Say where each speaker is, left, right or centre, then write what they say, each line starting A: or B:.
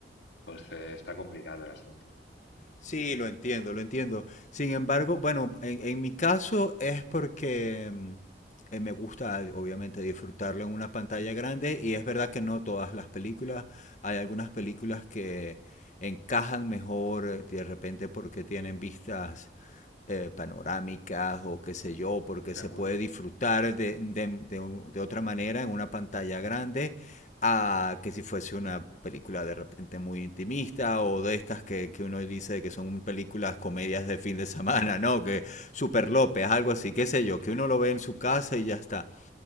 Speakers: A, on the left; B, on the left.
A: pues eh, está complicado el asunto.
B: Sí, lo entiendo, lo entiendo. Sin embargo, bueno, en, en mi caso es porque mm, eh, me gusta obviamente disfrutarlo en una pantalla grande y es verdad que no todas las películas, hay algunas películas que encajan mejor eh, de repente porque tienen vistas eh, panorámicas o qué sé yo, porque
A: Seguro.
B: se puede disfrutar de, de, de de otra manera en una pantalla grande a que si fuese una película de repente muy intimista o de estas que, que uno dice que son películas comedias de fin de semana, ¿no? Que Super
A: Ujú.
B: López, algo así, qué sé yo, que
A: Sí.
B: uno lo ve en su casa y ya está.